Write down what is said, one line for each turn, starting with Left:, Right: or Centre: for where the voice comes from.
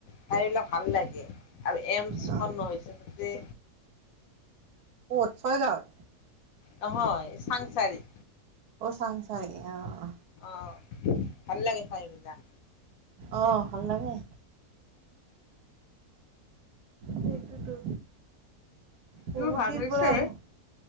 Left: ঠাই বিলাক ভাল লাগে আৰু এমচখন
Right: অ',
Left: হৈছে তাতে।
Right: কত ছয় গাওঁত।
Left: নহয় চাংচাৰি।
Right: অ চাংচাৰি অ।
Left: অ ভাল লাগে ঠাইবিলাক।
Right: অ ভাল লাগে। সেইটোৱে টো। বহুত
Left: তোৰ ভাল
Right: দিন
Left: হৈছে
Right: হ'ল বাৰু